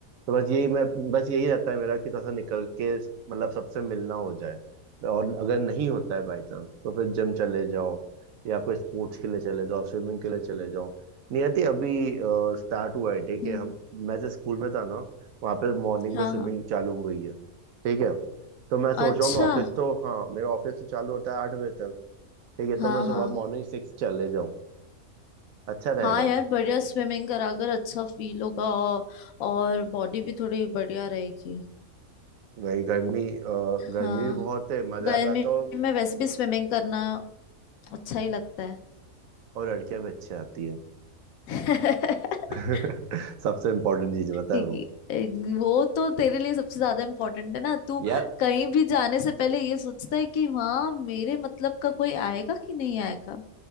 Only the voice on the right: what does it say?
तो बस यही मैं बस यही रहता है मेरा कि थोड़ा सा निकल के मतलब सबसे मिलना हो जाए और अगर नहीं होता है बाई चांस तो फिर जिम चले जाओ या कोई स्पोर्ट्स के लिए चले जाओ स्विमिंग के लिए चले जाओ नियति अभी स्टार्ट हुआ है ठीक
है हम मैं जिस स्कूल में था ना वहाँ पे मॉर्निंग
में स्विमिंग
चालू हो गई है ठीक है तो मैं सोच
रहा हूँ मैं ऑफिस तो हाँ मेरा ऑफिस तो चालू होता है आठ बजे तक ठीक है तो
मैं सुबह
मॉर्निंग सिक्स चले जाऊँ अच्छा रहेगा
वही गर्मी अ, गर्मी
भी बहुत है मजा
भी आता हो
और लड़कियां भी अच्छी आती है
<laughs> सबसे इम्पोर्टेंट चीज है, पता
है वो
यार